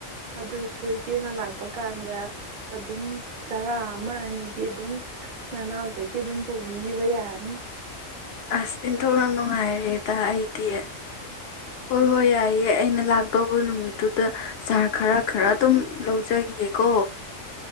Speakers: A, on the right; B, on the left.
A: ꯑꯗꯨꯁꯨ ꯏꯆꯦꯅ ꯂꯥꯛꯄ ꯀꯥꯟꯗ ꯑꯗꯨꯝ ꯆꯔꯥ ꯑꯃ ꯑꯅꯤꯗꯤ ꯑꯗꯨꯝ ꯅꯅꯥꯎꯗꯒꯤ ꯑꯗꯨꯝ ꯄꯨꯕꯤꯈꯤꯕ ꯌꯥꯅꯤ
B: ꯑꯁ ꯏꯟꯊꯣꯛꯅ ꯅꯨꯡꯉꯥꯏꯔꯦꯗ ꯑꯩꯗꯤ ꯍꯣꯏ ꯍꯣꯏ ꯌꯥꯏꯑꯦ ꯑꯩꯅ ꯂꯥꯛꯇꯧꯕ ꯅꯨꯃꯤꯠꯇꯨꯗ ꯆꯥꯔ ꯈꯔ ꯈꯔ ꯑꯗꯨꯝ ꯂꯧꯖꯈꯤꯌꯦꯦꯀꯣ